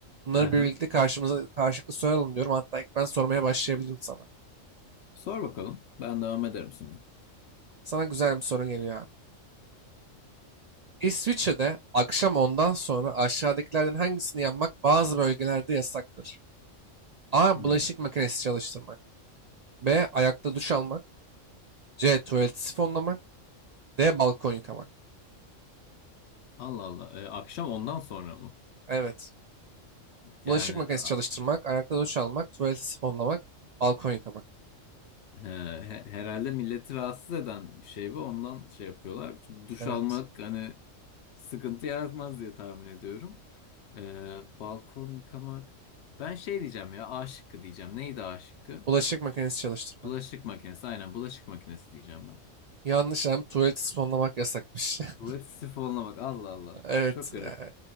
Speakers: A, on the right (about 70°); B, on the left (about 65°).
A: Bunları
B: hı.
A: birlikte karşımıza karşılıklı soralım diyorum. Hatta ilk ben sormaya başlayabilirim sana.
B: Sor bakalım. Ben devam ederim şimdi.
A: Sana güzel bir soru geliyor abi. İsviçre'de akşam ondan sonra aşağıdakilerden hangisini yapmak bazı bölgelerde yasaktır? A.
B: Hmm.
A: Bulaşık makinesi çalıştırmak. B. Ayakta duş almak. C. Tuvaleti sifonlamak. D. Balkon yıkamak.
B: Allah Allah. E, akşam ondan sonra mı?
A: Evet. Bulaşık
B: Yani
A: makinesi
B: a-
A: çalıştırmak, ayakta duş almak, tuvaleti sifonlamak, balkon yıkamak.
B: e, he- herhalde milleti rahatsız eden bir şey bu. Ondan şey yapıyorlar. Çünkü duş
A: Evet.
B: almak hani sıkıntı yaratmaz diye tahmin ediyorum. E, balkon yıkamak. Ben şey diyeceğim ya. A şıkkı diyeceğim. Neydi A şıkkı?
A: Bulaşık makinesi çalıştırmak.
B: Bulaşık makinesi. Aynen bulaşık makinesi diyeceğim ben.
A: Yanlış abi tuvaleti sifonlamak yasakmış. <laughs>
B: Tuvalet sifonuna bak. Allah Allah.
A: Evet.
B: Çok garip.
A: e,